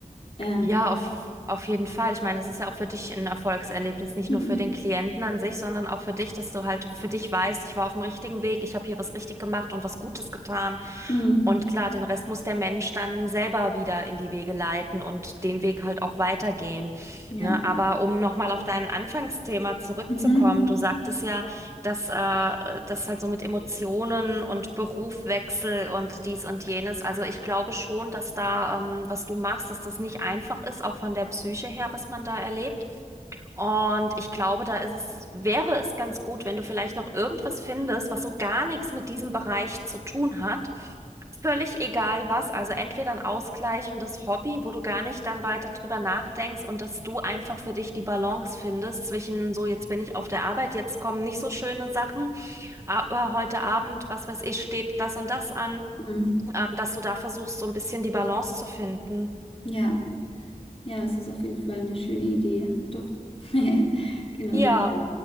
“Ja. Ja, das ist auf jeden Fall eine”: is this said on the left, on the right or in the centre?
Left